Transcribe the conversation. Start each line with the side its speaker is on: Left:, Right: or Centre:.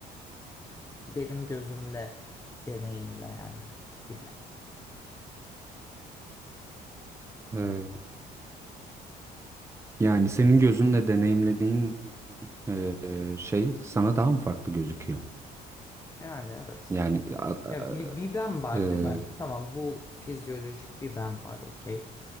Left: benim gözümle deneyimleyen mi? Gibi.
Right: E, Yani senin gözünle deneyimlediğin eee, şey sana daha mı farklı gözüküyor?
Left: Yani evet.
Right: Yani a-
Left: Ya
Right: a-
Left: bir, bir ben var
Right: eee,
Left: değil mi? Tamam bu fizyolojik bir ben var okey.